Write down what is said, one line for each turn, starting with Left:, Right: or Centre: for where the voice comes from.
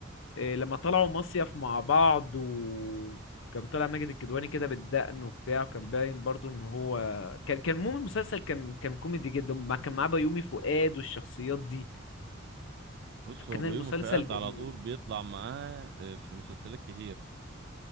Left: إيه لما طلعوا مصيف مع بعض وكان طالع ماجد الكدواني كده بالدقن وبتاع وكان باين برضو ان هو كان كان المهم المسلسل كان كان كوميدي جدا مع- كان معاه بيومي فؤاد والشخصيات دي
Right: بص
Left: فكان
Right: هو بيومي
Left: المسلسل
Right: فؤاد
Left: جميل
Right: على طول بيطلع معاه آه، في مسلسلات كتير